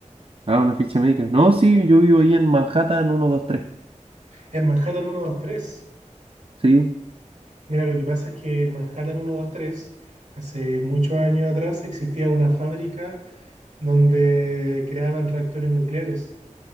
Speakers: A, on the right (about 45°); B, on the right (about 70°).
A: Ah, una ficha médica. No, sí, yo vivo ahí en Manhattan uno dos tres
B: En Manhattan 123.
A: Sí.
B: Mira, lo que pasa es que en Manhattan 123 hace muchos años atrás, existía una fábrica donde creaban reactores nucleares.